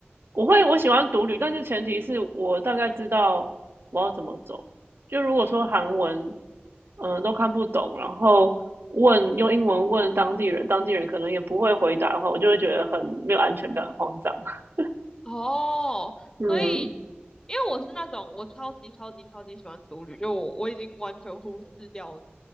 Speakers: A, on the right; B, on the left.
A: 我会我喜欢独旅，但是前提是我大概知道我要怎么走。就如果说韩文，嗯、都看不懂，然后问用英文问当地人，当地人可能也不会回答的话，我就会觉得很没有安全感，很慌张。<laughs>
B: 哦，
A: 嗯，
B: 所以因为我是那种我超级超级超级喜欢独旅，就我我已经完全忽视掉